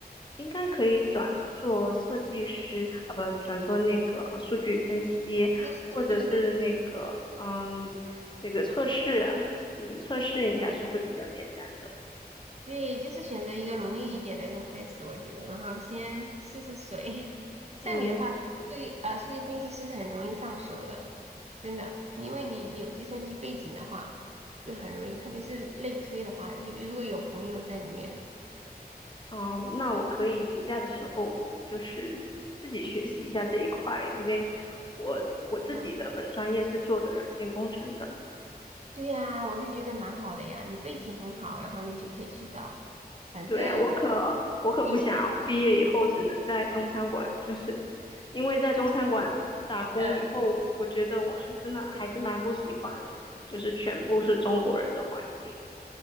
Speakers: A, on the left; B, on the right.
A: 应该可以转做设计师啊，不转做那个呃数据分析，
B: 就是对对对，
A: 或者是那个嗯那个测试，嗯测试应该是会比较简单的。
B: 对，就是选择一个容易一点的刚开始，我觉得，然后先试试水。<laughs> 像你的话，
A: 嗯
B: 数据呃数据分析师是很容易上手的，真的，因为你有计算机背景的话，就很容易，特别是类推的话，有如果有朋友在里面。
A: 哦，那我可以暑假的时候就是自己学习一下这一块，因为我我自己的本专业是做的软件工程的。
B: 嗯。对呀，我就觉得蛮好的呀，你背景很好，然后你就可以去找，反正
A: 对，我可我可不想毕业以后只能在中餐馆，
B: 有
A: 就是因为在中餐馆打工以后，
B: 呃
A: 我觉得我还真的还是蛮不喜欢，就是全部是中国人的环境。